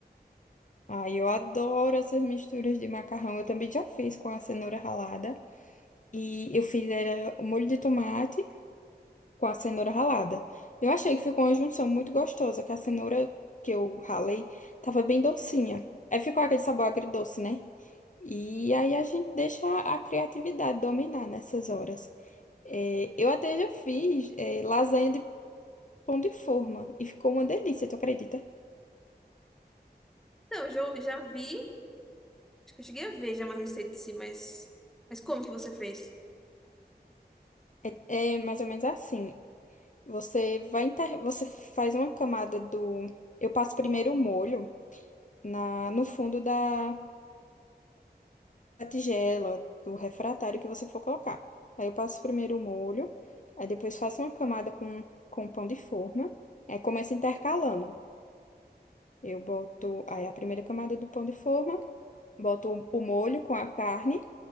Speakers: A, on the left; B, in the centre.
A: Ai, eu adoro essas misturas de macarrão. Eu também já fiz com a cenoura ralada. E eu fiz era o molho de tomate com a cenoura ralada. Eu achei que ficou uma junção muito gostosa, que a cenoura que eu ralei tava bem docinha. Aí ficou aquele sabor agridoce, né? E aí a gente deixa a criatividade dominar nessas horas. É, eu até já fiz, é, lasanha de pão de forma e ficou uma delícia, tu acredita?
B: Não, eu já, já vi. Acho que eu cheguei a ver já uma receita assim, mas. Mas como que você fez?
A: É, é mais ou menos assim. Você vai inter... você faz uma camada do. Eu passo primeiro o molho na... no fundo da... da tigela, do refratário que você for colocar. Aí eu passo primeiro o molho, aí depois faço uma camada com, com pão de forma. Aí começo intercalando. Eu boto aí a primeira camada do pão de forma, boto o o molho com a carne,